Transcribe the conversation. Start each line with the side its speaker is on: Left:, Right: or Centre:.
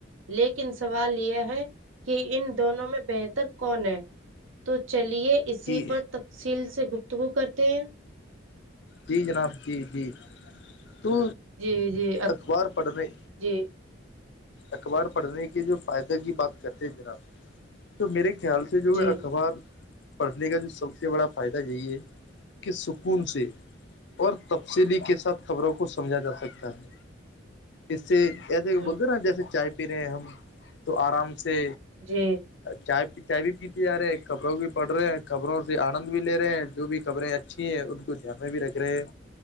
Right: لیکن سوال یہ ہے کہ ان دونوں میں بہتر کون ہے تو چلیے اسی
Left: جی
Right: پر تفصیل سے گفتگو کرتے ہیں
Left: جی جناب جی جی تو
Right: جی جی
Left: اخبار پڑھنےے
Right: جی
Left: اخبار پڑھنے کے جو فائدے کی بات کرتے ہیں جناب تو میرے خیال سے جو
Right: جی
Left: ہے اخبار پڑھنے کا جو سب سے بڑا فائدہ یہی ہے کہ سکون سے اور تفصیلی کے ساتھ خبروں کو سمجھا جا سکتا ہے اس سے ایسے
Right: جی
Left: بولتے نا جیسے چائے پی رہے ہیں ہم تو آرام سے
Right: جی
Left: چائے چائے بھی پیتے جا رہے ہیں خبروں بھی پڑھ رہے ہیں خبروں سے آنند بھی لے رہے ہیں جو بھی خبریں ہیں ا اھی ہیں ان کو دھیان میں بھی رکھ رہے ہیں